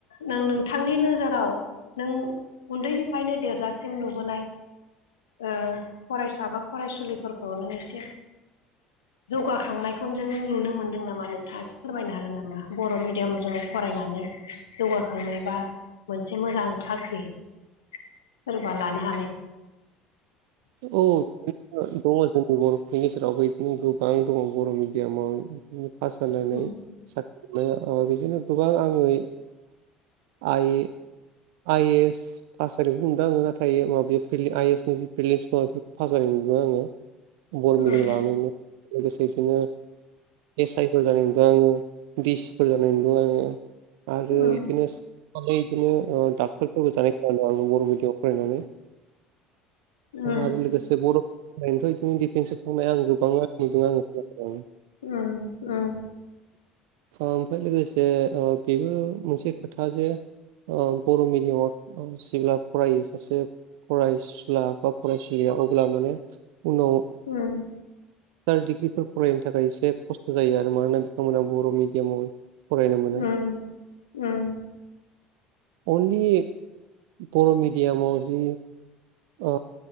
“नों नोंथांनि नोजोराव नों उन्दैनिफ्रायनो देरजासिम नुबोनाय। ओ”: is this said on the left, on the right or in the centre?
Left